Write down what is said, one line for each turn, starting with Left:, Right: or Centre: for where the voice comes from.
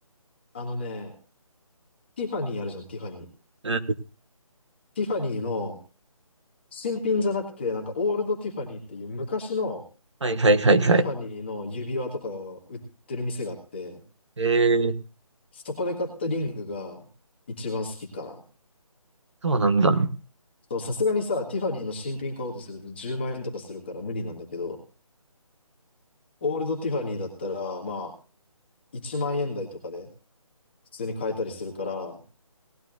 Left: あのね、ティファニーあるじゃん、ティファニー。
Right: うん。
Left: ティファニーの、新品じゃなくて、なんかオールドティファニーっていう昔の
Right: はいはいはいはい。
Left: ティファニーの指輪とかを売ってる店があって、
Right: へえー、
Left: そこで買ったリングが一番好きかな。
Right: そうなんだ。
Left: そう、さすがにさ、ティファニーの新品買おうとすると10万円とかするから無理なんだけど、オールドティファニーだったら、まあ、1万円台とかで普通に買えたりするから、